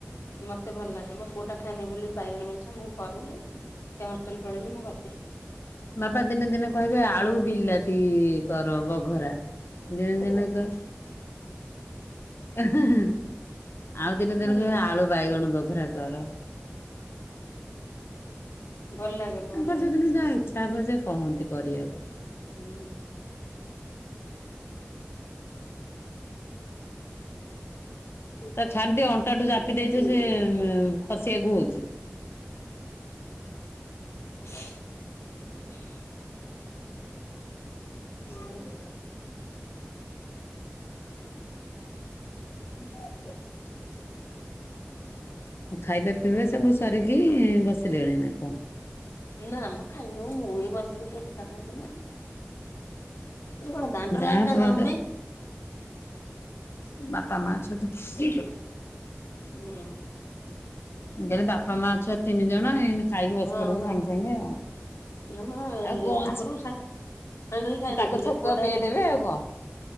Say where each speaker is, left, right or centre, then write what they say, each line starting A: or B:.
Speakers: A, on the left (about 75°); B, on the left (about 60°).
A: ମତେ ଭଲ ଲାଗେ ମୋ ପୁଅଟା ଖାଏନି ବୋଲି ବାଇଗଣ ବେଶା ମୁଁ କରୁନି ସେ ହଷ୍ଟେଲ ପଳେଇଲେ ମୁଁ କରିଦିଏ।
B: ବାପା ଦିନେ ଦିନେ କହିବେ ଆଳୁ ବିଲାତି କର ବଘରା। ଦିନେ ଦିନେ କ ଆଉ ଦିନେ ଦିନେ
A: ଭଲ
B: କହିବେ
A: ଲାଗେ
B: ଆଳୁ ବାଇଗଣ ବଘରା କର।
A: ଭଲ ଲାଗେ। ଭଲ
B: ତାଙ୍କର
A: ଲାଗେ
B: ଯଉଦିନ ଯାହା ଇଚ୍ଛା ହବ ସେ କହନ୍ତି କରିବାପାଇଁ।
A: ହୁଁ।
B: ତାକୁ ଛାଡିଦିଅ ଅଣ୍ଟାଠୁ ଚାପି ଦେଇଛ ସେ ଖସିବାକୁ ହଉଛି।
A: <inaudible>
B: <inaudible>
A: ଆଉ
B: <inaudible> ଖାଇବା ପିଇବା ସବୁ ସାରିକି ବସିଲେଣି ନା କଣ?
A: ନା ମ ଖାଇନଉ ମୁଁ ଏଇ ବସିବି ଟିକେ ପିଠା ଖାଉଥିଲିନା। ଏ କଣ ଦାଣ୍ଡର
B: ତାପରେ
A: ଲାଇଟ ଟା ଜଳୁନେଇ?
B: ବାପା ମା ଅଛନ୍ତି ଖୁସିରେ
A: ହୁଁ।
B: କହିଲି ବାପା ମା ଛୁଆ ତିନି ଜଣ ଏଇନେ ଖାଇକି ବସି
A: ହଁ
B: ପଡିବ
A: ହଁ
B: ସାଙ୍ଗେ ସାଙ୍ଗେ ଆଉ
A: ଆମର
B: ଆଉ କଣ ଅଛି।
A: ଆଗରୁ ସା ସାଙ୍ଗ ହେଇ ଖାଇ ଦଉଥିଲୁ
B: ତାକୁ ଛତୁଆ
A: ଏଇ ପୁଅଟା
B: ପିଆଇ
A: ଏବେ
B: ଦେବେ ଆଉ କଣ।